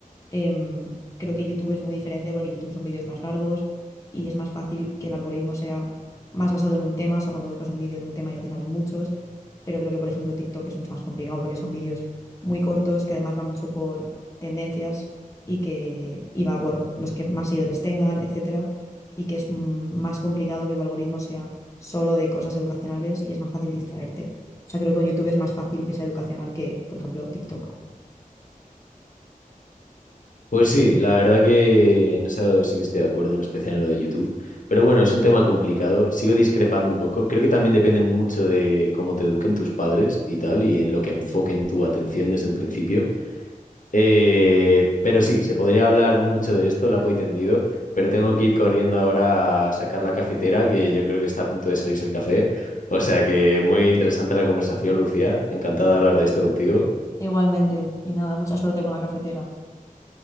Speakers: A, on the left; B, on the left.
A: Em, creo que YouTube es muy diferente porque YouTube son vídeos más largos y es más fácil que el algoritmo sea más basado en un tema. O sea, cuando buscas un vídeo de un tema ya te salen muchos. Pero creo que, por ejemplo, TikTok es mucho más complicado porque son vídeos muy cortos que además va mucho por tendencias y que y va por los que más seguidores tengan, etcétera. Y que es mm, más complicado que tu algoritmo sea solo de cosas educacionales y es más fácil distraerte. O sea, creo que con YouTube es más fácil que sea educacional que, por ejemplo, TikTok.
B: Pues sí, la verdad que en eso sí que estoy de acuerdo, en especial en lo de YouTube. Pero bueno, es un tema complicado, sigo discrepando un poco. Creo que también depende mucho de cómo te eduquen tus padres y tal, y en lo que enfoquen tu atención desde un principio. Eh, pero sí, se podría hablar mucho de esto, largo y tendido, pero tengo que ir corriendo ahora a sacar la cafetera, que yo creo que está a punto de salirse el café. O sea que muy interesante la conversación, Lucía. Encantado de hablar de esto contigo.
A: Igualmente. Y nada, mucha suerte con la cafetera.